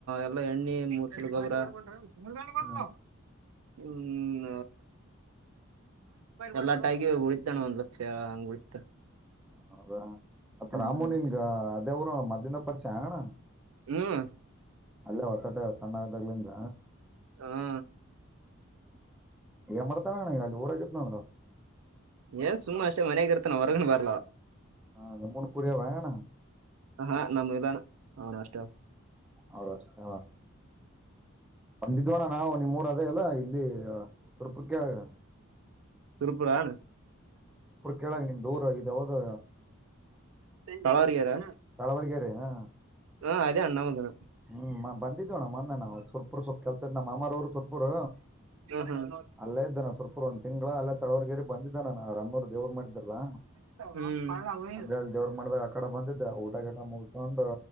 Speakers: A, on the right; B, in the centre.
A: ಎಲ್ಲ ಎಣ್ಣೆ ಮುಚ್ಚಲು ಗೊಬ್ಬರ <inaudible>
B: ಹ್ಮ್
A: ಹ್ಮ್ ಎಲ್ಲ ಆಗಿ ಉಳಿತಣ್ಣ ಒಂದ್ ಲಕ್ಷ ಹಂಗ ಉಳಿತ
B: ಹೌದಾ ಅತ್
A: ಹ್ಮ್
B: ರಾಮುನಿನ್ಗ ಅದೇ ಊರು ಮೊದಲಿಂದ ಪರಿಚಯನಣ್ಣ
A: ಹ್ಮ್
B: ಅಲ್ಲೇ ಹೊತಟ ಸಣ್ಣ ಆದ್ದಾಗ್ಲಿಂದ
A: ಹಾ
B: ಏನ್ ಮಾಡ್ತಣ್ಣ ಈಗ ಊರಲಂದು
A: ಏನ್ ಸುಮ್ಮ ಅಷ್ಟೇ ಮನಯಾಗ ಇರ್ತಾನ ಹೊರಗನ್ ಬರ್ಲ
B: ಹಾ ನಿಮ್ಮೂನ್ ಕುರಿಯವ ಅಣ್ಣ
A: ಹಾ ನಮ್ ಇಲ್ಲಣ ಅವನ ಅಷ್ಟ
B: ಅವಷ್ಟ ಬಂದಿದ್ದವನಾ ನಾವು ನಿಮ್ಮೂರು ಅದೇ ಅಲ್ಲ ಅಲ್ಲಿ ಸುರಪುರಕೆಣ್ಣ
A: ಸುರಪುರ ಅಣ್ಣ
B: ಕೇಳಾಗ ನಿಮ್ದು ಊರು ಇದು ಯಾವ್ದು
A: ತಳವಾಗೆರೆ
B: ತಾಳವರ್ಗೇರಿ ಹಾ
A: ಹಾ ಅಣಾಮದಾನನೆ
B: ಹ್ಮ್ ಬಂದಿದ್ದವಣ ನವು ಸ್ವಲ್ಪ ಸ್ವಲ್ಪ ಕೆಲ್ಸ ನಮ್ಮ ಮಾಮ್ಮ ಹ್ ಪುರ್
A: ಹ್ಮ್
B: ಅಲ್ಲೇ ಇದ್ದಾನ ಸುರ್ಪೂರ್ ಒಂದ್ ತಿಂಗಳ ಅಲ್ಲೇ ತಳವರ್ಗೇರಿ ಬಂದಿದ್ದೆ ನಾನ ಅರಾಮರು ದೇವ್ರ ಮಾಡಿದ್ದಾರಲ್ಲ
A: ಹ್ಮ್ ಹ್ಮ್
B: ಹಂಗ ದೇವ್ರ ಮಾಡಿದಾಗ ಆ ಕಡೆ ಬಂದಿದ್ದೆ ಊಟ ಗಿಟ ಮುಗಕೊಂಡು